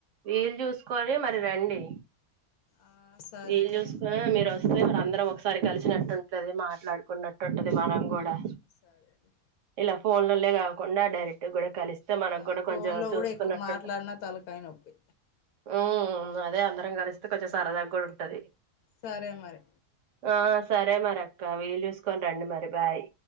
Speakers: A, on the right; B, on the left.
A: వీలు చూసుకోనీ మరి రండి
B: ఆ సరేలే
A: వీలు చూసుకున్న మీరు వ స్తే మరి అందరం ఒకసారి కలిసినట్టుంటది మాట్లాడుకున్నట్టు ఉంటది మనం కూడా
B: ఆ సరేలే
A: ఇలా ఫోన్లోనే కాకుండా డైరెక్ట్ కూడా కలిస్తే
B: ఆ
A: మనకు కూడా కొంచెం
B: ఫోన్ లో
A: చూసుకున్నట్టుంటంది
B: కూడా ఎక్కువ మాట్లాడినా తలకాయ నొప్పి
A: ఉమ్ ఉమ్ అదే అందరం కలిస్తే కొంచెం సరదాగా కూడా ఉంటది
B: సరే మరి
A: ఆ సరే మరి అక్క వీలు చూసుకొని రండి మరి బాయ్